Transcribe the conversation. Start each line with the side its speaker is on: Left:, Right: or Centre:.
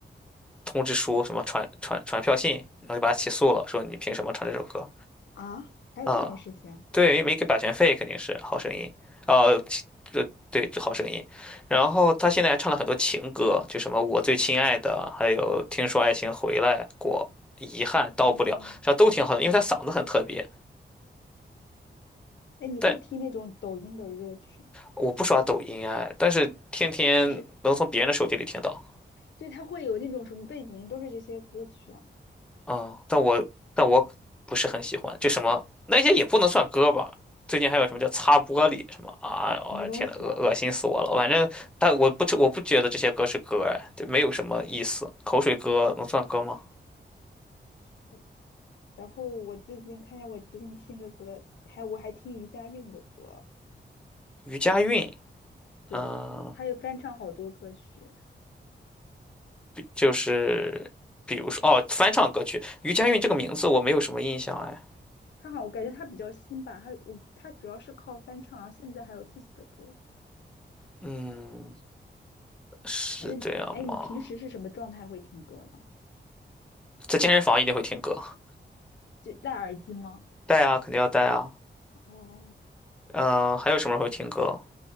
Centre: 通知书，什么传传传票信，然后就把他起诉了，说你凭什么唱这首歌
Left: 啊，还有这种事情啊？
Centre: 啊？对，因为没给版权费，肯定是好声音，呃，这对这好声音，然后他现在还唱了很多情歌，就什么我最亲爱的，还有听说爱情回来过，遗憾到不了，
Left: 嗯，
Centre: 这都挺好的，因为他嗓子很特别。
Left: 哎，你会听那种抖音的热曲吗？
Centre: 但我不刷抖音哎，但是天天能从别人的手机里听到，
Left: 就是对，他会有那种什么背景音，都是这些歌曲啊。
Centre: 嗯，但我但我不是很喜欢，就什么那些也不能算歌吧。最近还有什么叫擦玻璃什么啊？
Left: 什么东西啊？
Centre: 我、天呐，恶恶心死我了！反正，但我不我不觉得这些歌是歌哎，对没有什么意思。口水歌能算歌吗？
Left: 是的，然后我最近看见我最近听的歌，还我还听余佳韵的歌。
Centre: 余佳韵，
Left: 对，
Centre: 嗯、
Left: 他也翻唱好多歌曲。
Centre: 就是比如说哦，翻唱歌曲余佳韵这个名字我没有什么印象哎，
Left: 对，他好，我感觉他比较新吧，他我他主要是靠翻唱，然后现在还有自己的歌。
Centre: 嗯，是这样吗？
Left: 而且你，哎，你平时是什么状态会听歌呢？
Centre: 在健身房一定会听歌。
Left: 就戴耳机吗？
Centre: 带啊，肯定要带啊。
Left: 哦，
Centre: 嗯、还有什么会听歌？